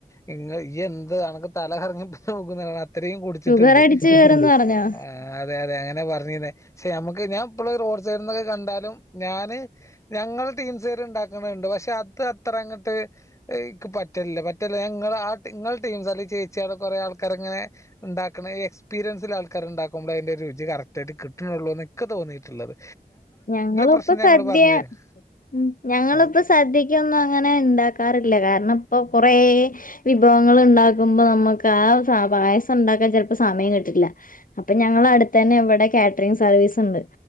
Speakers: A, on the left (about 20°); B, on the left (about 60°).
A: നിങ്ങ ഈ എന്ത് അൻക്ക് തല കറങ് <unintelligible> ഇത്രയും കുടിച്ചിട്ടുണ്ട്
B: ഷുഗർ അടിച്ചു കേറുംന്ന് പറഞ്ഞോ
A: ആ അതെ അതെ അങ്ങനെ പറഞ്ഞിന്ന പെ നമ്മുക്ക് ഞാൻ ഇപ്പോ റോഡ് സൈഡന്നൊക്കെ കണ്ടാലും ഞാന് ഞങ്ങൾ ടീം സര് ഉണ്ടാക്കണുണ്ട് പക്ഷെ അത്ര അങ്ങോട്ട്ക്ക് പറ്റില്ല പറ്റില്ല ആ ടീംസ് അല്ല ചേച്ചിയ കുറെ ആൾ ആൾക്കനെ ഉണ്ടാക്ക എസ്പീരിയൻസൽ ആൾക്കാർണ്ടാക്കുമ്പോ അതിന്റെറെ രുചി കറക് ആായിട്ട് കിട്ടണൂ പക്ക തോന്നിയിട്ടുള്ളത്
B: ഞങ്ങള
A: പ്രശ്നം
B: ഇപ്പ
A: ഞങ്ങള്
B: സദ്യ
A: പറഞ്ഞുതരാം
B: ഉ ഞങ്ങളിപ്പോ
A: ആ,
B: സദ്യക്കൊന്നും അങ്ങനെ ഇണ്ടാക്കാറില്ല കാരണം ഇപ്പൊ കുറേ വിഭവങ്ങൾ ഉണ്ടാക്കുമ്പോ നമുക്ക് ആ പായസം ഉണ്ടാക്കാൻ ചിലപ്പോ സമയം കിട്ടിട്ടില്ല അപ്പൊ ഞങ്ങള അടുത്ത് തന്നെ ഇവിടെ കാറ്ററിങ് സർവീസ് ഉണ്ട്